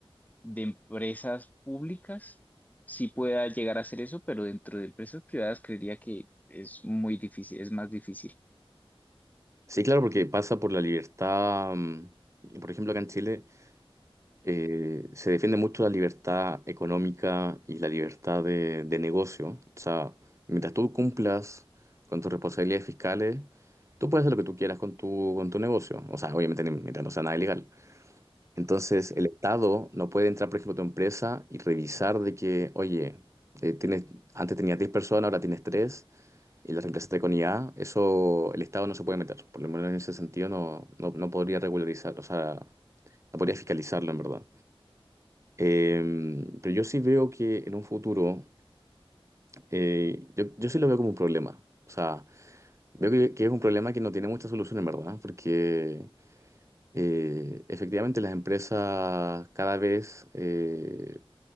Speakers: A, on the left; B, on the right.
A: de empresas públicas sí pueda llegar a hacer eso, pero dentro de empresas privadas creería que es muy difícil, es más difícil.
B: Sí, claro, porque pasa por la libertad. mm, Por ejemplo, acá en Chile eh, se defiende mucho la libertad económica y la libertad de, de negocio. O sea, mientras tú cumplas con tus responsabilidades fiscales, tú puedes hacer lo que tú quieras con tu, con tu negocio. O sea, obviamente mientras no sea nada ilegal. Entonces, el Estado no puede entrar, por ejemplo, a tu empresa y revisar de que, oye, eh, tienes, antes tenías 10 personas, ahora tienes 3 y las reemplazaste con IA. Eso el Estado no se puede meter. Por lo menos en ese sentido no, no, no podría regularizar, o sea, no podría fiscalizarlo en verdad. Eh, pero yo sí veo que en un futuro, eh, yo, yo sí lo veo como un problema. O sea, veo que, que es un problema que no tiene mucha solución en verdad, porque Eh, efectivamente, las empresas cada vez, eh,